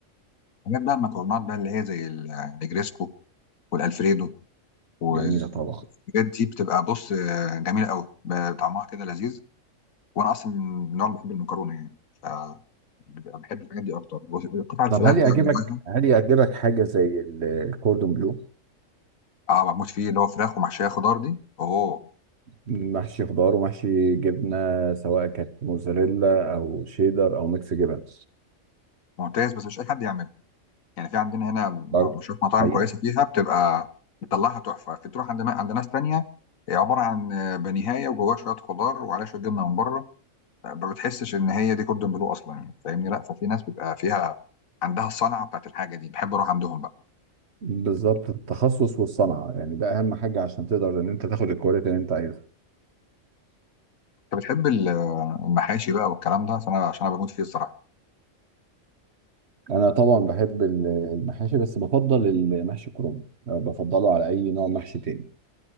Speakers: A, on the left; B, on the right.
A: حاجات بقى المكرونات بقى اللي هي زي ال- النجريسكو والالفريدو والحاجات
B: جميله طبعا
A: دي بتبقى بص آه، جميله قوي ب- طعمها كده لذيذ وانا اصلا من النوع اللي بحب المكرونه يعني ف بيبقى بحب الحاجات دي اكتر بص- قطع الفراخ
B: طب هل
A: بقى
B: يعجبك
A: جواها
B: هل يعجبك حاجه زي ال- الكوردون بلو
A: اه بموت فيه اللي هو فراخ ومحشيه خضار دي اوه
B: محشي خضار ومحشي جبنه سواء كانت موزاريلا او شيدر او ميكس جبن
A: ممتاز بس مش اي حد يعمله يعني في عندنا هنا
B: برضه
A: بشوف مطاعم
B: حقيقه
A: كويسه فيها بتبقى بتطلعها تحفه في تروح عند عند ناس تانية هي عباره عن آه، بانيهايه وجواها شويه خضار وعليها شويه جبنه من بره ما بتحسش ان هي دي كوردون بلو اصلا يعني فاهمني لا ففي ناس بيبقى فيها عندها الصنعه بتاعت الحاجه دي بحب اروح عندهم بقى
B: بالظبط التخصص والصنعه يعني ده اهم حاجه عشان تقدر ان انت تاخد الكواليتي اللي انت عايزها
A: انت بتحب ال- آه، المحاشي بقى والكلام ده عشان انا عشان انا بموت فيه الصراحه
B: انا طبعا بحب ال- المحاشي بس بفضل المحشي كرنب أه، بفضله على اي نوع محشي تاني